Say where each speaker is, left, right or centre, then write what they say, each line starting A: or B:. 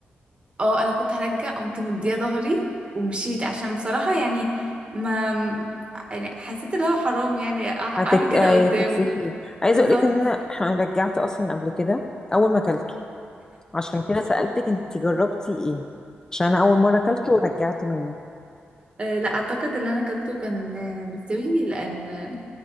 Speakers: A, on the right; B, on the left.
A: اه انا كنت هرجع قمت مديه
B: هتشجعي
A: ظهري ومشيت عشان بصراحه يعني ما يعني حسيت ان هو حرام يعني أع-
B: هتك...
A: اعمل كده
B: هتكسفيه
A: قدامه
B: عايزه
A: بالظبط
B: اقول لك ان انا رجعت اصلا قبل كده اول ما اكلته عشان كده سالتك انت جربتي ايه عشان انا اول مره اكلته ورجعت منه
A: أه لا اعتقد اللي انا اكلته كان آه، مستوي لان آه،